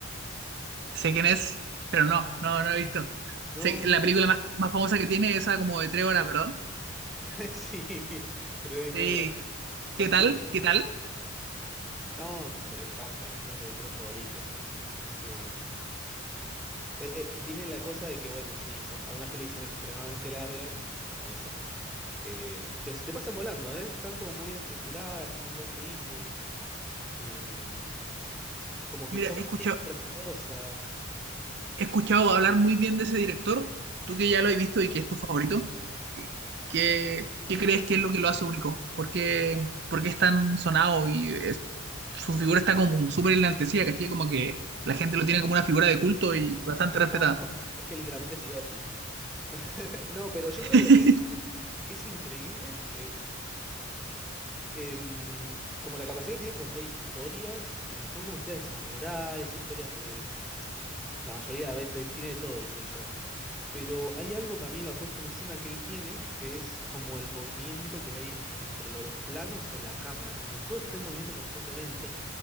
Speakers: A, on the right; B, in the centre.
A: Sé quién es, pero no, no, no he visto.
B: No,
A: Sé que la película más, más famosa que tiene es esa como de tres horas, ¿verdad?
B: <laughs> sí, tres y media.
A: Sí.
B: Los
A: ¿Qué tal?
B: siete
A: ¿Qué
B: samuráis.
A: tal?
B: No, me, enc- me encanta, es uno de mis tres favoritos. Es, eh, eh, eh, tiene la cosa de que, bueno, sí, son, algunas pelis son extremadamente largas, como esa. Eh, pero se te pasan volando, ¿eh? Están como muy bien estructuradas, tienen un buen ritmo. eh, como que
A: Mira,
B: están
A: he
B: muy
A: escuchado,
B: bien, son graciosas.
A: he escuchado hablar muy bien de ese director. Tú que ya lo has visto y que es tu favorito, ¿qué, qué crees que es lo que lo hace único? ¿Por qué, por qué es tan sonado y es- su figura está como súper enaltecida, ¿cachai? Como que la gente lo tiene como una figura de culto y bastante respetada.
B: No, es, co- es que literalmente es Dios el tipo. <laughs> No, pero yo
A: <laughs>
B: creo que lo que es increíble es em, como la capacidad que tienen de contar historias. eh, son como historias de samuráis, historias de... em, La mayoría de veces tiene de todo, ¿viste el chabón? Pero hay algo para mí en la puesta en escena que él tiene, que es como el movimiento que hay en- dentro de los planos o de la cámara, como todo está en movimiento constantemente.